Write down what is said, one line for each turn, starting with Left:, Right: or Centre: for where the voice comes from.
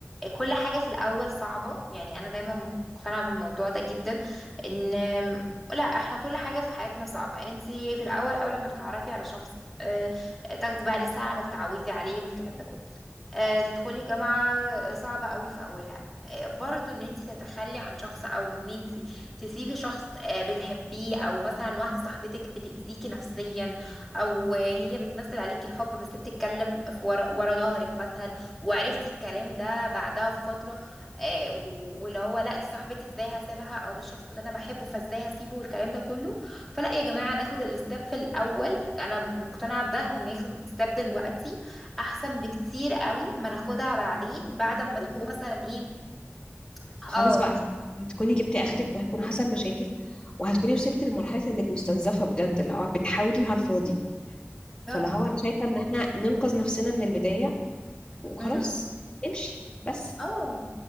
Centre: كل حاجة في الأول صعبة يعني أنا دايما مقتنعة بالموضوع ده جدا إن لا احنا كل حاجة في حياتنا صعبة انتي في الأول أول ما تتعرفي على شخص آه، تاخدي بقى لسه على ما تتعودي عليه والكلام ده كله آه، تدخلي جامعة صعبة قوي في أولها آه، برضو ان انتي تتخلي عن شخص او ان انتي تسيبي شخص آه، بتحبيه او مثلا واحدة صاحبتك بتأذيكي نفسيا او هي بتمثل عليكي الحب بس بتتكلم في ورا ورا ظهرك مثلا وعرفت الكلام ده بعدها بفترة آه و- واللي هو لا دي صاحبتي ازاي هسيبها او ده الشخص اللي انا بحبه فازاي هسيبه والكلام ده كله فلا يا جماعة ناخد الستep في الاول انا مقتنعة بده ان ناخد ستيب دلوقتي احسن بكتير قوي ما ناخدها بعدين بعد ما
Left: بالظبط
Centre: تكون مثلا ايه
Left: خلاص
Centre: اه
Left: بقى هتكوني جبتي اخرك وهيكون حصل مشاكل وهتكوني وصلت لمرحله انك مستنزفه بجد اللي هو بتحاولي على الفاضي
Centre: بالظبط
Left: فاللي هو انا شايفه ان احنا ننقذ نفسنا من البدايه وخلاص
Centre: امم
Left: امشي بس
Centre: اه